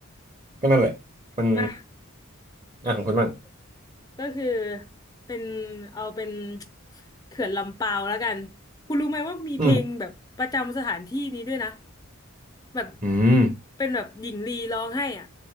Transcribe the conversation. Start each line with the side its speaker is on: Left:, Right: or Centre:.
Right: ก็นั่นแหละมัน
Left: มา
Right: อ่ะของคุณบ้าง
Left: ก็คือเป็นเอาเป็นเขื่อนลำปาวแล้วกันคุณรู้ไหมว่ามีเพลงแบบประจำสถานที่นี้ด้วยนะ
Right: อืม
Left: แบบ
Right: อืม
Left: เป็นแบบหญิงลีร้องให้อ่ะ